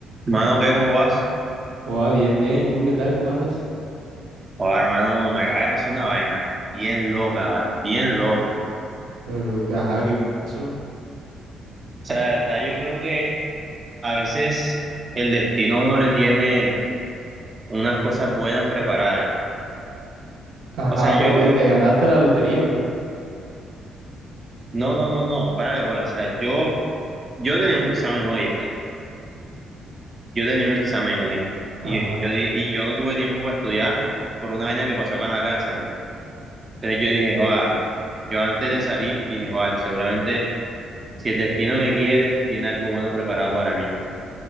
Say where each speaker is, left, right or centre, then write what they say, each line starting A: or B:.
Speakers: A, on the right (about 30°); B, on the right (about 85°).
A: Mano, ¿qué? ¿Cómo vas?
B: Oh, bien, bien. ¿Y tú qué tal? ¿Cómo andas?
A: Oh, hermano, me acaba de pasar una vaina bien loca, ¿vale? Bien loca. O
B: Pero, que- ajá, ¿qué pasó?
A: sea, de verdad, yo creo que a veces el destino a uno le tiene unas cosas buenas preparadas.
B: Ajá,
A: O sea, yo,
B: ¿pero qué? ¿Te ganaste la lotería o qué?
A: no, no, no, no, párale bola. O sea, yo, yo tenía un examen hoy, ¿está? Yo tenía un examen hoy. Y
B: Ajá.
A: yo, yo di- y yo no tuve tiempo para estudiar por una vaina que pasó acá en la casa, ¿ya? Entonces yo dije, joa, yo antes de salir, dije, joa, seguramente si el destino me quiere, tiene algo bueno preparado para mí.